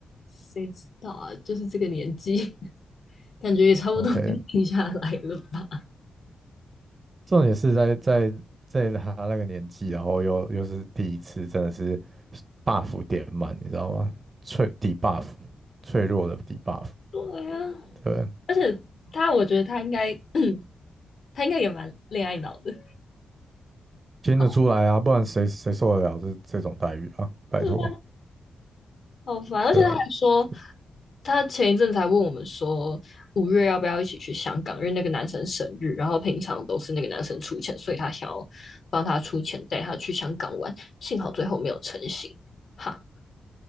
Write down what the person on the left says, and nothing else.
谁知道啊？就是这个年纪，<laughs> 感觉也差不多该定下来了吧？
<laughs>
对啊，
而且他，我觉得他应该，<clears throat> 他应该也蛮恋爱脑的。<laughs>
好
对啊，好烦，而且他还说，
他前一阵才问我们说，五月要不要一起去香港，因为那个男生生日，然后平常都是那个男生出钱，所以他想要帮他出钱带他去香港玩，幸好最后没有成行。哈，